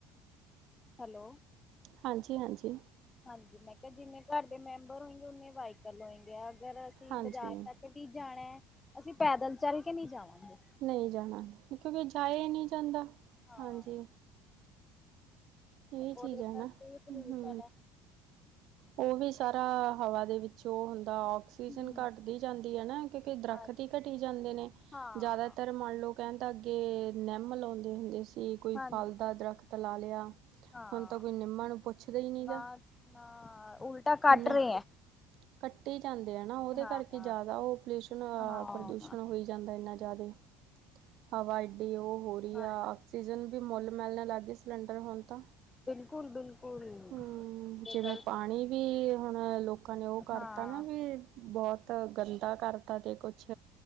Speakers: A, on the left; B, on the right.
A: ਹੈਲੋ।
B: ਹਾਂਜੀ-ਹਾਂਜੀ।
A: ਹਾਂਜੀ ਮੈਂ ਕੇਆ ਜਿੰਨੇ ਘਰ ਦੇ ਮੈਂਬਰ ਹੁੰਦੇ ਓਨੇ ਵਾਈਕਲ ਹੋਏ ਗੇ। ਅਗਰ ਅਸੀਬਾਜ਼ਾਰ
B: ਹਾਂਜੀ। ਹਾਂਜੀ
A: ਤੱਕ ਅਸੀਂ ਜਾਨੈ, ਅਸੀ ਪੈਦਲ ਚੱਲ ਕੇ ਨੀਂ ਜਾਵਾਂਗੇ‌।
B: ਨਈ ਜਾਣਾ ਕਿਉਂਕਿ ਜਾਇਆ ਈ ਨੀ ਜਾਂਦਾ
A: ਹਾਂ
B: ਹਾਂਜੀ ਏ
A: ਉਹਦੇ
B: ਚੀਜ਼
A: ਕਰਕੇ
B: ਐ ਨਾ
A: ਵੀ ਪੋਲਿਊਸ਼ਨ
B: ਹੂ
A: ਹੈ।
B: ਓ ਵੀ ਸਾਰਾ ਹਵਾ ਦੇ ਵਿੱਚੋਂ ਓ ਹੁੰਦਾ ਓ ਕਸੀਜਨ
A: ਹਮ
B: ਘੱਟਦੀ ਜਾਂਦੀ ਐ ਨਾ ਕਿਉਂਕਿ ਦਰੱਖਤ
A: ਹਾਂਜੀ
B: ਈ ਘਟੀ ਜਾਂਦੇ ਨੇ
A: ਹਾਂ
B: ਜ਼ਿਆਦਾਤਰ ਮੰਨ ਲਓ ਕੈਣ ਦਾ ਅੱਗੇ ਨਿੰਮ ਲੋਦੇ ਹੁੰਦੇ ਸੀ ਕੋਈ
A: ਹਾਂਜੀ
B: ਫਲ ਦਾ ਦਰਖਤ ਲਾ ਲਿਆ।
A: ਹਾਂ
B: ਹੁਣ ਤਾਂ ਕੋਈ ਨਿੰਮਾ ਨੂੰ ਪੁੱਛਦਾ ਨੀ
A: ਨਾ
B: ਗਾ
A: ਨਾ ਉਲਟਾ ਕੱਟ
B: ਲੇ
A: ਰਹੇ ਹੈ
B: ਕੱਟੀ ਜਾਂਦੇ ਐ ਨਾ ਓਦੇ
A: ਹਾਂ
B: ਕਰਕੇ ਜ਼ਾਦਾ ਓ ਪੋਲਿਊਸ਼ਨ
A: ਹਾਂ
B: ਪ੍ਰਦੂਸ਼ਣ
A: ਹਮ
B: ਹੋਈ ਜਾਂਦਾ ਇੰਨਾ ਜ਼ਾਦੇ ਹਵਾ ਏਡੀ ਓ ਹੋ ਰੀ
A: ਹਾਂਜੀ
B: ਆ ਆਕਸੀਜਨ ਵੀ ਮੁੱਲ ਮਿਲਣ ਲੱਗਗੀ ਸ ਸਿਲੰਡਰ ਹੋਣ ਤਾਂ
A: ਬਿਲਕੁਲ ਬਿਲਕੁਲ
B: ਹੂੰ
A: ਇਹ
B: ਜਿਵੇਂ
A: ਗੱਲ
B: ਪਾਣੀ ਵੀ ਹੁਣ ਲੋਕਾਂ ਨੇ ਓ ਕਰਤਾ
A: ਹਾਂ
B: ਨਾ ਵੀ ਬੋਤ ਗੰਦਾ ਕਰਤਾ ਤੇ ਕੁਛ